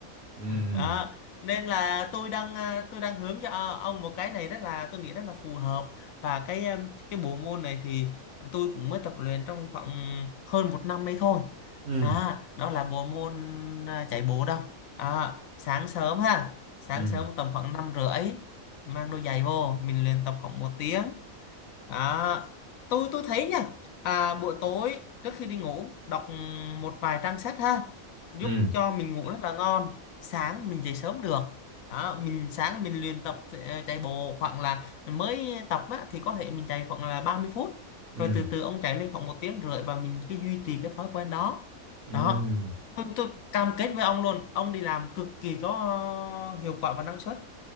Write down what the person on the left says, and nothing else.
đó nên là tôi đang à, tôi đang hướng cho ông một cái này rất là tôi nghĩ rất là phù hợp và cái em, cái bộ môn này thì tôi cũng mới tập luyện trong khoảng hơn một năm ấy thôi
à, đó là bộ môn à, chạy bộ đâu à, sáng sớm ha sáng
sớm tầm khoảng năm rưỡi mang đôi giày vô mình luyện tập khoảng một tiếng À, tôi tôi thấy nha à, buổi tối trước khi đi ngủ đọc một vài trang sách ha giúp
cho mình ngủ rất là ngon sáng mình dậy sớm được à, mình sáng mình luyện tập ờ, chạy bộ khoảng là mới tập á, thì có thể mình chạy khoảng là ba mươi phút
rồi từ từ ông chạy lên khoảng một tiếng rưỡi và mình cứ duy trì cái thói quen đó
đó tôi, tôi cam kết với ông luôn ông đi làm cực kỳ có ờ, hiệu quả và năng suất